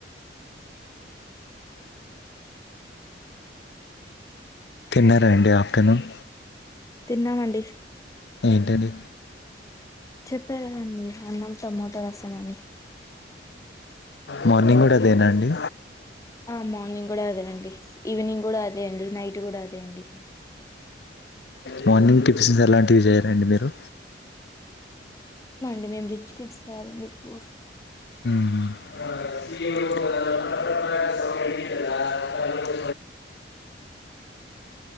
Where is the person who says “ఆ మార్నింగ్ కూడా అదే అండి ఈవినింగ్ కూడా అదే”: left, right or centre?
Left